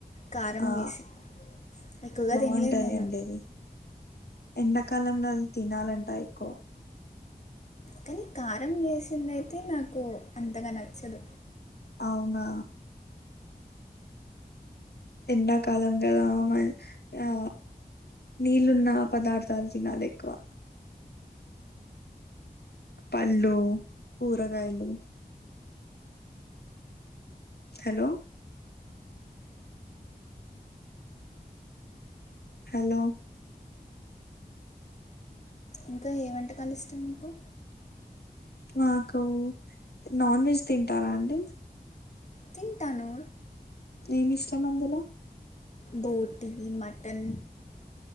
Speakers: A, on the left; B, on the left.
A: కారం
B: ఆ
A: వేసి ఎక్కువగా
B: బాగుంటది
A: తినలేదు నేను
B: అండి అది ఎండాకాలంలో తినాలంటా ఎక్కువ
A: కానీ కారం వేసిందయితే నాకు అంతగా నచ్చదు
B: అవునా ఎండాకాలం కదా ఆ నీళ్ళున్న పదార్థాలు తినాలి ఎక్కువ పళ్ళు కూరగాయలు హలో హలో
A: ఇంకా ఏ వంటకాలు ఇష్టం మీకు
B: మాకు నాన్ వెజ్ తింటారా అండి
A: తింటాను
B: ఏమి ఇష్టం అందులో
A: బోటీ మటన్